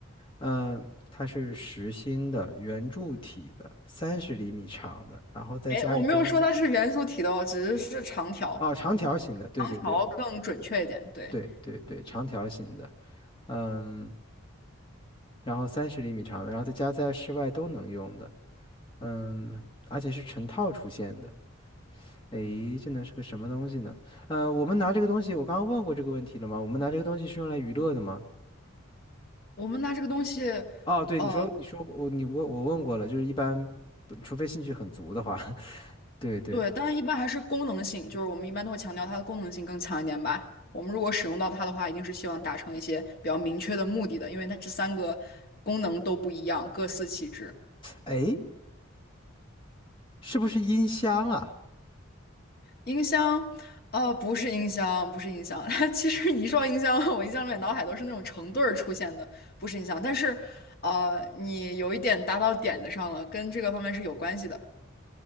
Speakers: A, on the left; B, on the left.
A: 嗯，它是实心的圆柱体的，三十厘米长的，然后在家里在外面
B: 哎，我没有说它是元素体的哦，只是是长条，
A: 哦，长条形的，对对对
B: 长条更准确一点。对，
A: 对对对，长条形的，嗯，然后三十厘米长的，然后在家在室外都能用的，嗯，而且是成套出现的。诶，这能是个什么东西呢？呃，我们拿这个东西，我刚刚问过这个问题了吗？我们拿这个东西是用来娱乐的吗？
B: 我们拿这个东西，
A: 哦，对，
B: 呃，
A: 你说你说我你问我问过了，就是一般不除非兴趣很足的话，<laughs> 对对。
B: 对，当然一般还是功能性，就是我们一般都会强调它的功能性更强一点吧。我们如果使用到它的话，一定是希望达成一些比较明确的目的的，因为它这三个功能都不一样，各司其职。
A: 诶，是不是音箱啊？
B: 音箱，呃，不是音箱，不是音箱。<laughs> 它其实你一说音箱，我印象里面脑海都是那种成对儿出现的，不是音箱。但是，呃，你有一点打到点子上了，跟这个方面是有关系的。